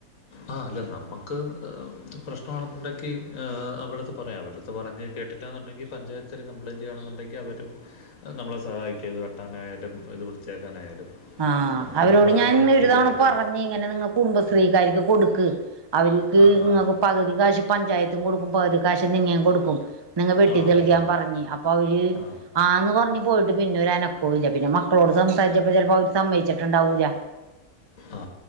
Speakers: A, on the left; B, on the right.
A: അഹ് അല്ല നമുക്ക് പ്രശ്നമാണെന്നുണ്ടെങ്കിൽ അവരുടെ അടുത്ത് പറയാം അവരുടുത്ത് പറഞ്ഞ് കേട്ടിട്ടാന്നുണ്ടെങ്കിൽ പഞ്ചായത്തില് കംപ്ലയിന്റ് ചെയ്യുവാന്നുണ്ടെങ്കി അവര് മറ്റും നമ്മളെ സഹായിക്കും ഇത് വെട്ടാനായാലും ഇത് വൃത്തിയാക്കാനായാലും
B: ആഹ്
A: നമുക്ക്
B: അവരോട്
A: നമ്മുടെ കാര്യം
B: ഞാൻ
A: നോക്കിയല്ലേ
B: ഒരു തവണ
A: പറ്റൂ
B: പറഞ്ഞ് ഇങ്ങനെ നിങ്ങ കുടുംബശ്രീക്കാരിക്ക് കൊടുക്ക് അവർക്ക്
A: ആ
B: ഇങ്ങക്ക്
A: ആ
B: പകുതി കാശ് പഞ്ചായത്തും കൊടുക്കും പകുതി കാശ് നിങ്ങയും കൊടുക്കും നിങ്ങ വെട്ടി
A: ആ
B: തെളിക്കാൻ
A: അതെ അതെ
B: പറഞ്ഞ് അപ്പൊ അവര്
A: ആ
B: ആന്ന് പറഞ്ഞ് പോയിട്ട് പിന്നെ ഒരനക്കവും ഇല്ല പിന്നെ മക്കളോട് സംസാരിച്ചപ്പോ ചിലപ്പോ അവര് സമ്മയിച്ചട്ട് ണ്ടാവൂല്ല
A: ആ